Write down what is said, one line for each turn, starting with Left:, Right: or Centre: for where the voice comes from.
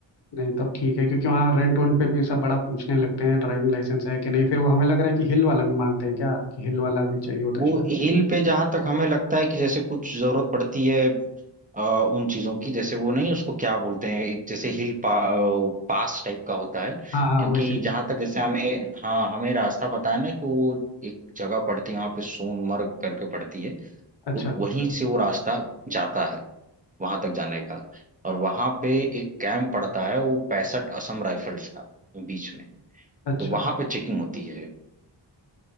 Left: नहीं तब ठीक है क्योंकि वहाँ रेंट वेंट पे भी सब बड़ा पूछने लगते हैं ड्राइविंग लाइसेंस है कि नहीं फिर वो हमें लग रहा है कि हिल वाला भी मांगते हैं क्या कि हिल वाला भी चाहिए होता
Right: वो
Left: है शायद
Right: हिल पे जहां तक हमें लगता है कि जैसे कुछ जरूरत पड़ती है आ, उन चीजों की जैसे वो नहीं उसको क्या बोलते हैं एक जैसे हिल पा, पास टाइप का होता है
Left: हाँ हाँ
Right: क्योंकि
Left: वैसे
Right: जहां तक जैसे हमें हाँ हमें रास्ता पता है ना कि वो एक जगह पड़ती है वहां पे सोनमर्ग करके पड़ती है
Left: अच्छा
Right: तो वहीं से वो रास्ता जाता है वहां तक जाने का और वहां पे एक कैंप पड़ता है वो पैंसठ असम राइफल्स का बीच में
Left: अच्छा
Right: तो वहां पे चेकिंग होती है